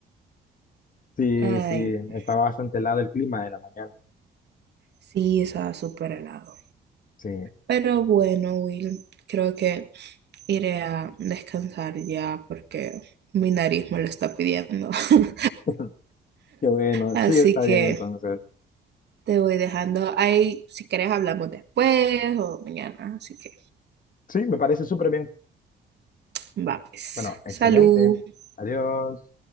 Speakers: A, on the left; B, on the right.
A: Sí,
B: Ay,
A: sí,
B: no.
A: está bastante helado el clima de la mañana.
B: sí, estaba súper helado.
A: sí.
B: Pero bueno, Will, creo que iré a descansar ya porque mi nariz me lo está pidiendo. <laughs>
A: <laughs> Qué bueno,
B: Así
A: sí, está
B: que
A: bien entonces.
B: te voy dejando ahí. Si quieres, hablamos después o mañana. Así que.
A: Sí, me parece súper bien.
B: Va, pues.
A: Bueno, excelente.
B: Salud.
A: Adiós.